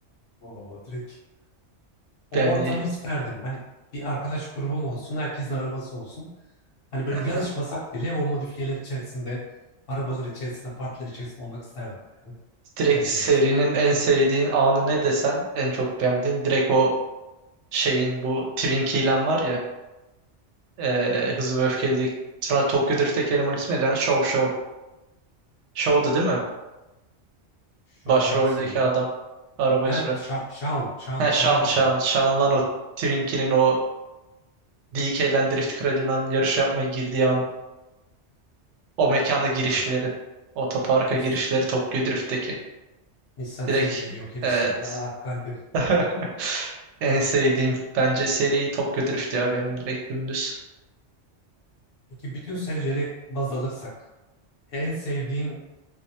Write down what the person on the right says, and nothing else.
Yani
Aha.
Direkt
serinin
en sevdiğin anı ne desen en çok beğendiğin direkt o şeyin bu Twin Key'len var ya eee Hızlı ve Öfkeli'deki sonra Tokyo Drift'teki elemanın ismi neydi? lan? Show Show. Show'du değil mi?
Başroldeki
adam. Arabayı
süren.
He
Shawn Shawn.
Shawn lan o Twin Key'nin o DK'len Drift Kralından yarış yapmaya girdiği an o mekana
girişleri. Otoparka
girişleri Tokyo Drift'teki.
Direkt
evet.
<laughs> En sevdiğim bence seri Tokyo Drift ya benim direkt dümdüz.